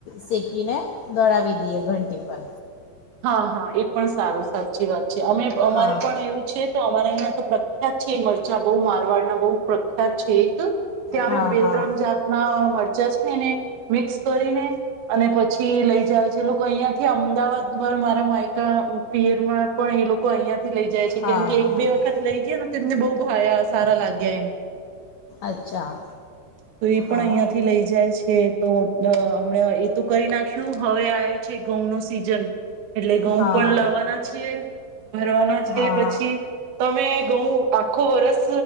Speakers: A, on the left; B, on the right.
A: શેકીને દડાવી દઈએ ઘંટી પર
B: હા, હા, એ પણ સારું સાચી વાત છે, અમે અમારે
A: હા
B: પણ એવું છે તો અમારા અહીંયા તો પ્રખ્યાત છે, મરચા બહુ મારવાડના, બહુ પ્રખ્યાત છે એક ત્યાં
A: હા
B: બે
A: હા
B: ત્રણ જાતના મરચા છેને, મિક્સ કરીને અને પછી લઈ જાય છે, લોકો અહિયાંથી અમદાવાદ પર મારા માયકા, પિયરમાં પણ એ લોકો અહિયાં લઈ જાય છે,
A: હા
B: કેમ કે
A: હા
B: એક, બે, વખત લઈ ગયા ને તેમને બહુ ભાયા સારા લાગ્યા એમ
A: અચ્છા
B: તો એ પણ
A: હા
B: અહિયાંથી લઈ જાય છે તોમ અ હમણા એ તું કરી નાખ્યું હવે આવે છે ઘઉં નું સીઝન એટલે ઘઉં
A: હા
B: પણ લાવવાના છે, ભરવાના છે,
A: હા
B: પછી તમે ઘઉં આખો વરસ